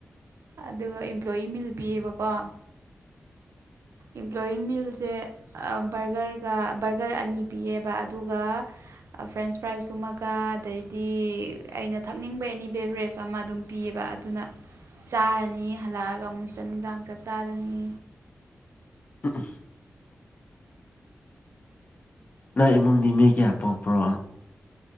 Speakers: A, on the right; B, on the left.
A: ꯑꯗꯨꯒ ꯑꯝꯄ꯭ꯂꯣꯌꯤ ꯃꯤꯜ ꯄꯤꯌꯦꯕꯀꯣ ꯏꯝꯄ꯭ꯂꯣꯋꯤ ꯃꯤꯜꯁꯦ ꯕꯔꯒꯔꯒ ꯕꯔꯒꯔ ꯑꯅꯤ ꯄꯤꯌꯦꯕ ꯑꯗꯨꯒ ꯐ꯭ꯔꯦꯟꯁ ꯐ꯭ꯔꯥꯏꯖꯀꯃꯒ ꯑꯗꯩꯗꯤ ꯑꯩꯅ ꯊꯛꯅꯤꯡꯕ ꯑꯦꯅꯤ ꯕꯦꯕꯔꯦꯖ ꯑꯃ ꯑꯗꯨꯝ ꯄꯤꯌꯦꯕ ꯑꯗꯨꯅ ꯆꯥꯔꯅꯤ ꯍꯜꯂꯛꯑꯒ ꯃꯨꯛꯁꯤꯗ ꯅꯨꯡꯗꯥꯡ ꯆꯥꯛ ꯆꯥꯔꯅꯤ
B: <unintelligible> ꯅꯪ ꯏꯃꯨꯡꯗꯤ ꯃꯤ ꯀꯌꯥ ꯄꯣꯛꯄ꯭ꯔꯣ